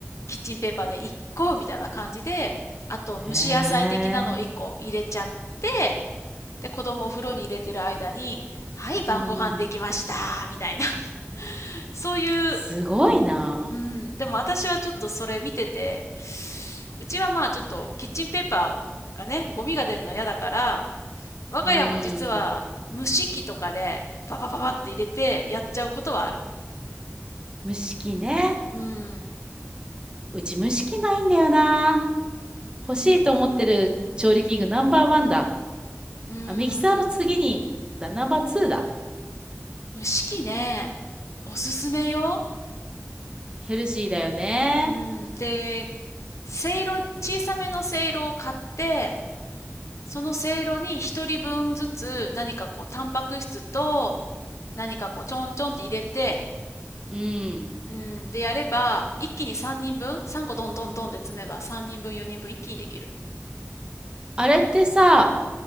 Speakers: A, on the left; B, on the right.
A: キッチンペーパーで1個みたいな感じで、あと蒸し野菜的なのを1個入れちゃって、
B: へえ。
A: で、子供をお風呂に入れてる間に、はい、晩ご飯できましたみたいな。
B: うん。
A: <laughs> そういう、
B: すごいな。
A: うん、でも私はちょっとそれ見てて、うちはまあちょっとキッチンペーパーがね、ゴミが出るの嫌だから、我が家も実は蒸し器とかでババババって入れてやっちゃうことはある。
B: うん。蒸し器ね。
A: うん。
B: うち蒸し器ないんだよな。欲しいと思ってる調理器具ナンバーワンだ。
A: うん。うーん。
B: あ、ミキサーの次に、だ、ナンバーツーだ。
A: 蒸し器ね、おすすめよ。
B: ヘルシーだよね。
A: うん。で、せいろ、小さめのせいろを買って、そのせいろに一人分ずつ何かこうタンパク質と何かこうちょんちょんって入れて、
B: うん。
A: うん。でやれば、一気に3人分 ?3 個どんどんどんで詰めば3人分4人分一気にできる。
B: あれってさ、